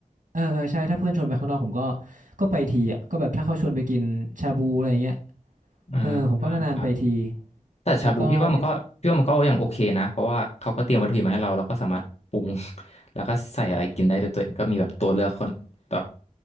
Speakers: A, on the right (about 80°); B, on the left (about 55°).
A: เออเออใช่ถ้าเพื่อนชวนไปข้างนอกผมก็ก็ไปทีอ่ะก็แบบถ้าเขาชวนไปกินชาบูอะไรเงี้ย
B: อ่าอ่าครับ
A: เออผมก็นานๆไปที
B: แต่ชาบูพี่ว่ามันก็พี่ว่ามันก็ยังโอเคนะเพราะว่าเขาก็เตรียมวัตถุดิบมาให้เราเราก็สามารถปรุง
A: แล้วก็พี่
B: <laughs> แล้วก็ใส่อะไรกินได้ด้วยตัวเองก็มีแบบตัวเลือกคนแบบ